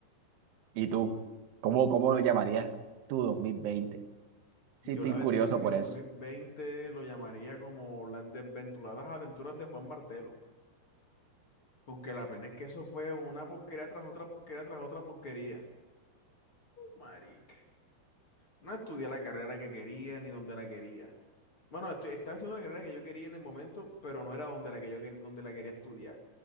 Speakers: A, on the right; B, on the left.
A: ¿Y tú? ¿Cómo, cómo lo llamarías tu dos mil veinte Sí,
B: Yo
A: estoy
B: la verdad
A: curioso
B: es que en
A: por
B: mi dos
A: eso.
B: mil veinte lo llamaría como las desventuradas aventuras de Juan Martelo. Porque la pena es que eso fue una porquería tras otra porquería tras otra porquería. Marica. No estudié la carrera que quería ni donde la quería. Bueno, estu- estaba haciendo la carrera que yo quería en el momento, pero no era donde la que yo quer- donde la quería estudiar.